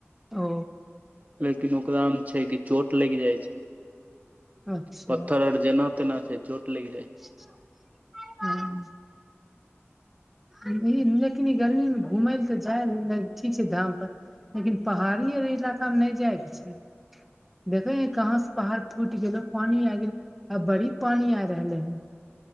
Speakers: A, in the centre; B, on the right.
A: ओ
B: लेकिन ओकरा मे छै कि चोट लगि जाइ छै
A: अच्छा
B: पत्थर आर जेना तेना छै चोट लगि जाइ छै
A: हू ई लेकिन ई गर्मीमे घूमै लए तऽ जाय ठीक छै धाम पर लेकिन पहाड़ी आ इलाका मे नहि जायके छै देखे नहि कहाँ से पहाड़ फूटि गेलो पानी आ गेल आ बड़ी पानी आय रहलै हन